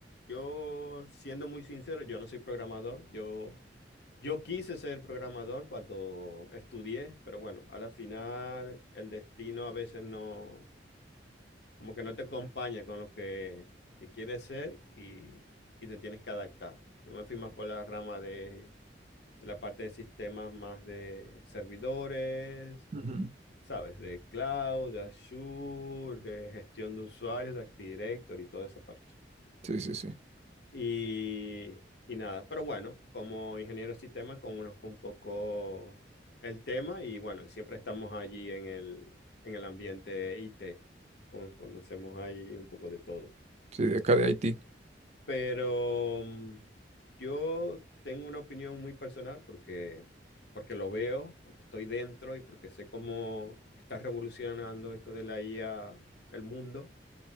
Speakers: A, on the left; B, on the right.
A: yo siendo muy sincero, yo no soy programador. Yo Yo quise ser programador cuando estudié, pero bueno, a la final el destino a veces no, como que no te acompaña con lo que, que quieres ser y, y te tienes que adaptar. Yo me fui más por la rama de, de la parte de sistemas más de servidores,
B: Ujú.
A: ¿sabes? De cloud, de Azure, de gestión de usuarios, de Active Directory y toda esa parte.
B: Sí, sí, sí.
A: Y, y nada, pero bueno, como ingeniero de sistema conozco un poco el tema y bueno, siempre estamos allí en el, en el ambiente IT, Con- conocemos ahí un poco de todo.
B: Sí, de acá de Haití.
A: Pero mm, yo tengo una opinión muy personal porque, porque lo veo, porque estoy dentro y porque sé cómo está revolucionando esto de la IA el mundo,